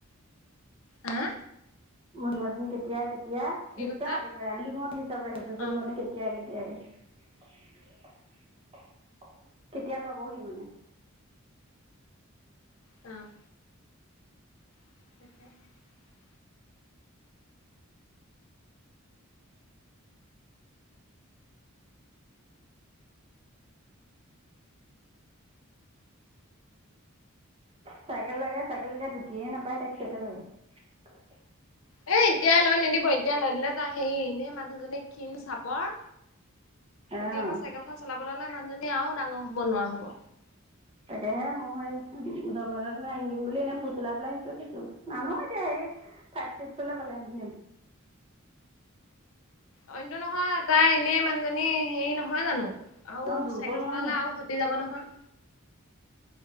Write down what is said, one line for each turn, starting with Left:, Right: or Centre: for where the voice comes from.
Left: আহ
Right: জন্মদিন কেতিয়া-কেতিয়া হিচাপ
Left: কৈছা?
Right: একেবাৰে আঙুলি মূৰত হিচাপ ৰাখিছে
Left: অ',
Right: জন্মদিন কেতিয়া। এয়া <inaudible> কেতিয়া পাবহি মানে
Left: অ', <unintelligible>
Right: চাইকেল লাগে চাইকেল এতিয়া ঢুকিয়ে নাপায় তাইক চাইকেল লাগে। <unintelligible>
Left: সেই এতিয়াই লৈ নিদিব এতিয়াই লৈ দিলে তাৰ হেৰি এনে মানুহজনী ক্ষীণ চাপৰ <unintelligible>
Right: অঁ
Left: এতিয়াৰ পৰা চাইকেলখন চলাবলৈ হ'লে মানুহজনী আৰু ডাঙৰ হব নোৱাৰা হব।
Right: তাকেহে মই স জন্মদিনতনে আনি দিম বুলি এনেই ফুচলাই পেলাই শিকি থৈছো মানুহ এতিয়া হেৰি ফাইভ চিক্সলে পালে ই দিম।
Left: অনটো নহয় তাই এনেই মানুহজনী হেৰি নহয় জানো? আৰু
Right: অঁ দুৰ্বল
Left: চাইকেল
Right: নহয়
Left: চলালে
Right: জানো
Left: আৰু ভতি যাব নহয়।